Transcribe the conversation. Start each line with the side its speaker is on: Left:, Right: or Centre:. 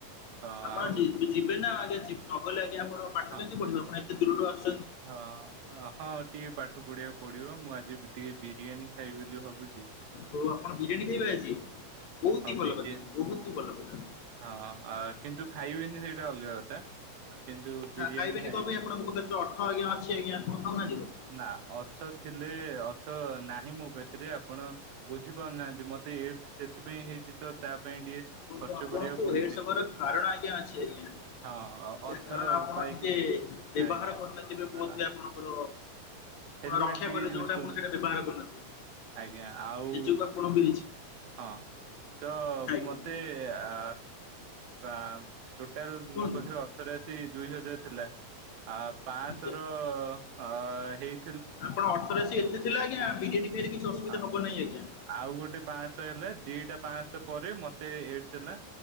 Right: ହଁ
Left: ଆପଣ
Right: ଆଉ
Left: ଯି-ଯିବେ ନା ଆଉ ଆଜ୍ଞା ନ ଗଲେ ଆଜ୍ଞା ଆଉ ଆପଣ ପାଠ
Right: ହଁ
Left: କେମିତି ପଢିବେ। ପୁଣି ଏ ଦୃଢ଼ ସୁ
Right: ହଁ ଅଁ ହ ଟିକ୍ ପାଠ ପାଠ ପଢିବାକୁ ପଡିବ ମୁଁ ଆଜି ଟିକେ ବିରିୟାନୀ ଖାଇବି ବେଲି ଭାବୁଚି।
Left: ତୋ ଆପଣ ବିରିୟାନୀ ଖାଇବେ ଆଜି? ବହୁତ
Right: ହଁ
Left: ହି ଭଲ
Right: ବିରିୟାନୀ
Left: କଥା ଆଜ୍ଞା ବହୁତ ହି ଭଲ କଥା।
Right: ହଁ ଅଁ କିନ୍ତୁ ଖାଇବିିନି। ହେ ସେଇଟା ଅଲଗା କଥା କିନ୍ତୁ
Left: ହଁ
Right: ବିରିୟାନୀ
Left: ଖାଇବେନି
Right: ଖାଇବି।
Left: କଣ ପାଇଁ ଆପଣଙ୍କ ପାଖରେ ତ ଅର୍ଥ ଆଜ୍ଞା ଅଛି ଆଜ୍ଞା ଆପଣ ଖାଉନାହାନ୍ତି କଣ ପାଇଁ?
Right: ନା ଅର୍ଥ ଥିଲେ ଅ ଅର୍ଥ ନାହିଁ ମୋ ପାଖରେ ଆପଣ ବୁଝୁ ବୁଝ ପାରୁନାହାଁନ୍ତି ମତେ ଏଡସ୍ ସେଥିପାଇଁ ହେଇଚି ତ ତା ପାଇଁ ଟିକେ
Left: <unintelligible>
Right: ଖର୍ଚ୍ଚ
Left: ଆପଣଙ୍କୁ
Right: କରିବାକୁ ପଡୁଛି।
Left: ଏଡ଼ସ୍ ହବାର କାରଣ ଆଜ୍ଞା ଅଛି ଆଜ୍ଞା।
Right: ହଁ ଅର୍ଥ
Left: ଏ କାରଣ ଆପଣ
Right: ପାଇକି
Left: ଟିକେ ବ୍ୟବହାର
Right: ଆଜ୍ଞା
Left: କରୁ ନା ତି। ଏବେ ବୋଧ
Right: ହଁ
Left: ହୁଏ ଆପଣଙ୍କର ଆପଣ
Right: ହେଲମେଟ
Left: ରକ୍ଷା
Right: ଟିକେ
Left: କରିବ
Right: ୟୁଜ
Left: ଯୋଉଟା
Right: କରୁନି
Left: ଆପଣ ସେଇଟା ବ୍ୟବହାର କରୁନଥିବେ।
Right: ଆଜ୍ଞା ଆଉ
Left: ସେ ଯୋଗୁଁ ଆପଣ ବି
Right: ହଁ ତ
Left: ଆଜ୍ଞା
Right: ମୋତେ ଆ ବା ଟୋଟାଲ୍
Left: କୁହନ୍ତୁ
Right: ମୋ ପାଖରେ ଅର୍ଥରାଶୀ ଦୁଇହଜାର ଥିଲା ଆ ପାଆଁଶର
Left: ଆଜ୍ଞା।
Right: ଅ ହେଇ
Left: ଆପଣ ଅର୍ଥରାଶି ଏତେ ଥିଲା ଆଜ୍ଞା। ବିରିୟାନୀ ଖାଇଲେ କିଛି ଅସୁବିଧା
Right: ହଁ
Left: ହବ ନାହିଁ ଆଜ୍ଞା।
Right: ଆଉ ଗୋଟେ ପାଁଆଁଶ ହେଲେ ଦିଟା ପାଁଆଁଶ ପରେ ମତେ ଏଡସ୍ ହେଲା